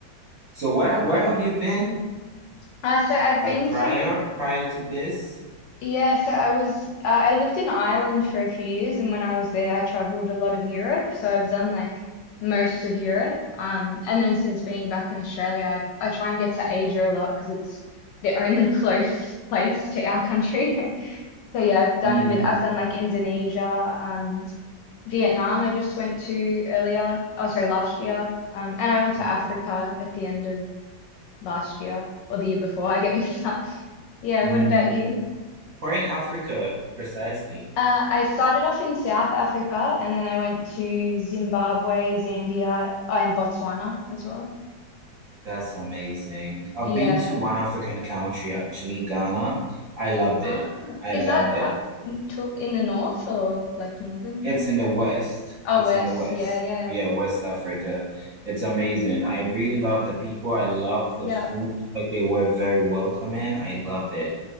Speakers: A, on the right; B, on the left.
A: So where
B: No.
A: where have you been
B: Uh, so I've
A: like
B: been
A: prior
B: to
A: prior to this?
B: Yeah, so I was uh, I lived in Ireland for a few years, and when I was there, I traveled a lot of Europe. So I've done like most of Europe. Um, and then since being back in Australia, I, I try and get to Asia a lot because it's the only <laughs> close place to our country. <laughs> So yeah, I've done
A: Mm,
B: a bit. I've done like Indonesia, um, Vietnam. I just went to earlier. Oh, sorry, last year. Um, and I went to
A: mm,
B: Africa at the end of last year or the year before. I get mixed up. Yeah,
A: mm.
B: what about you?
A: Where in Africa precisely?
B: Uh, I started off in South Africa and then I went to Zimbabwe, Zambia, oh, and Botswana as well.
A: That's amazing. I've
B: Yeah.
A: been to one African country, actually, Ghana. I loved
B: Ah,
A: it. I
B: is
A: loved
B: that
A: it.
B: up n- to in the north or like northern
A: It's
B: Africa?
A: in the West.
B: Oh,
A: It's
B: west.
A: in the West.
B: Yeah, yeah.
A: Yeah, West Africa. It's amazing.
B: Um,
A: I really love the people. I love the
B: yeah.
A: food. Like they were very welcoming. I loved it.